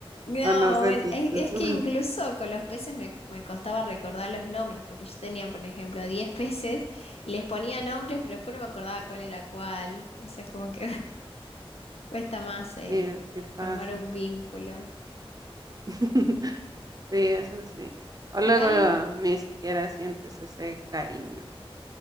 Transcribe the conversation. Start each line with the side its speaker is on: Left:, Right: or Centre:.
Left: No,
Right: o no sé
Left: bueno,
Right: si
Left: es,
Right: tú.
Left: es que incluso con los peces me, me costaba recordar los nombres, porque yo tenía, por ejemplo, 10 peces y les ponía nombres, pero después no me acordaba cuál era cuál. O sea, como que <laughs> cuesta más eh,
Right: Sí, así
Left: formar
Right: pasa.
Left: un vínculo.
Right: <laughs> Sí, eso sí. O luego
Left: Igual,
Right: ni siquiera sientes ese cariño.